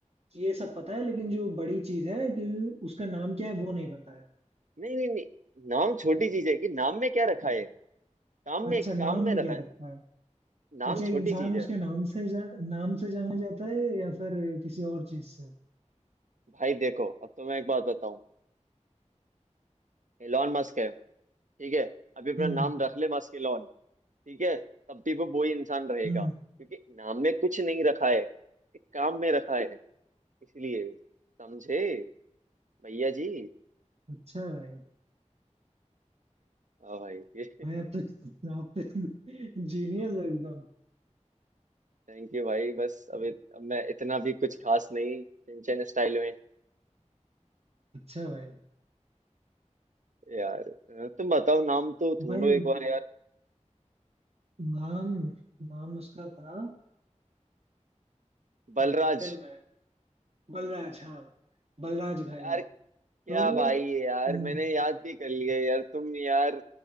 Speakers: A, on the right; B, on the right.
A: ये सब पता है लेकिन जो बड़ी चीज है कि उसका नाम क्या है वो नहीं पता है
B: नहीं नहीं नहीं नाम छोटी चीज है कि नाम में क्या रखा है काम
A: अच्छा
B: में
A: नाम
B: काम में
A: में
B: रखा
A: क्या
B: है
A: रखा
B: ना।
A: है
B: नाम
A: अच्छा
B: छोटी
A: इंसान
B: चीज
A: उसके
B: है
A: नाम से जा, नाम से जाना जाता है या फिर किसी और चीज से
B: भाई देखो अब तो मैं एक बात बताऊं एलॉन मस्क है ठीक है अभी अपना
A: हम्म
B: नाम रख ले मस्क एलॉन ठीक है तब भी वो वही इंसान रहेगा
A: हम्म
B: क्योंकि नाम में कुछ नहीं रखा है एक काम में रखा है इसलिए समझे भैया जी
A: अच्छा भाई
B: हाँ भाई <laughs>
A: भाई आप तो आप तो जीनियस हो एकदम
B: थैंक यू भाई बस अब इत, अब मैं इतना भी कुछ खास नहीं सिंचन स्टाइल में
A: अच्छा भाई
B: यार तुम बताओ नाम तो ढूंढो
A: भाई
B: एक बार यार
A: नाम नाम उसका था
B: बलराज
A: जेंटलमैन बलराज हाँ बलराज घाई
B: यार क्या
A: तो
B: भाई है यार
A: हम्म,
B: मैंने याद भी कर लिया यार तुम यार